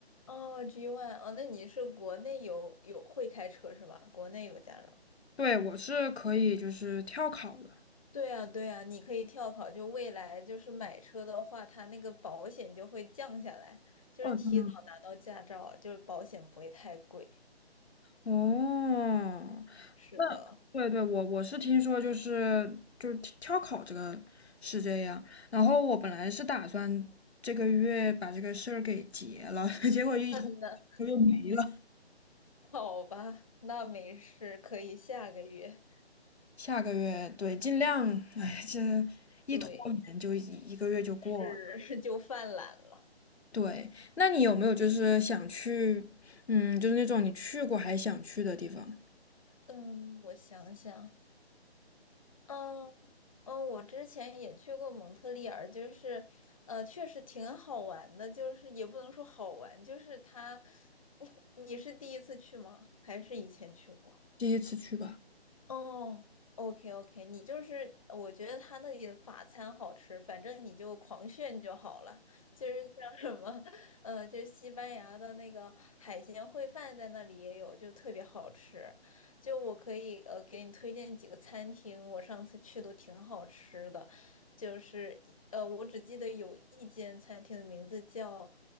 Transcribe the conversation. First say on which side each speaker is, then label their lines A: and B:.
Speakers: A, on the left (about 30°); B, on the left (about 75°).
A: 哦，G One，哦，那你是国内有有会开车是吧？国内有驾照。
B: 对，我是可以就是跳考的。
A: 对啊对啊，你可以跳考，就未来就是买车的话，它那个保险就会降下来，就是提早拿到驾照，
B: 哦，真的
A: 就是保险不会太贵。
B: 哦，
A: 是的，
B: 那对对，我我是听说就是就是跳考这个是这样，然后我本来是打算这个月把这个事儿给结了，<laughs> 结果一拖又没了。
A: 嗯那好吧，那没事，可以下个月。
B: 下个月对，尽量，哎，这一拖延就一一个月就过了。
A: 对，是 <laughs> 就犯懒了。
B: 对，那你有没有就是想去，嗯，就是那种你去过还想去的地方？
A: 嗯，我想想。嗯，嗯，我之前也去过蒙特利尔，就是，呃，确实挺好玩的，就是也不能说好玩，就是它，<laughs> 你是第一次去吗？还是以前去过？
B: 第一次去吧。
A: 哦，OK OK，你就是我觉得他那里的法餐好吃，反正你就狂炫就好了。就是像什么，呃，就是西班牙的那个海鲜烩饭在那里也有，就特别好吃。就我可以呃给你推荐几个餐厅，我上次去都挺好吃的。就是呃，我只记得有一间餐厅的名字叫